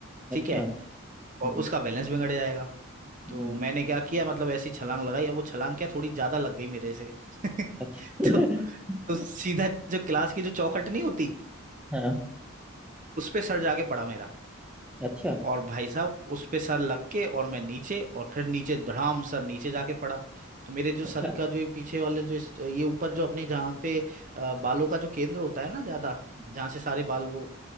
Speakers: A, on the right (about 35°); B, in the centre.
A: ठीक
B: अच्छा
A: है
B: हम्म
A: और उसका बैलेंस बिगड़ जाएगा तो
B: हम्म,
A: मैंने क्या किया मतलब ऐसी छलांग लगाई अब वो छलांग क्या थोड़ी ज्यादा लग गई मेरे से <laughs> तो,
B: अच्छा
A: तो
B: <laughs>
A: सीधा जो क्लास की जो चौखट नहीं होती
B: हाँ
A: उस पे सर जाके पड़ा मेरा
B: अच्छा
A: और भाई साहब उस पे सर लग के और मैं नीचे और फिर नीचे धड़ाम सर नीचे जाके पड़ा तो मेरे जो सर
B: अच्छा
A: का जो ये पीछे वाले जो इस- ये ऊपर जो अपने जहाँ पे अ, बालों का जो केंद्र होता है ना ज्यादा
B: हम्म,
A: जहाँ से सारे बाल वो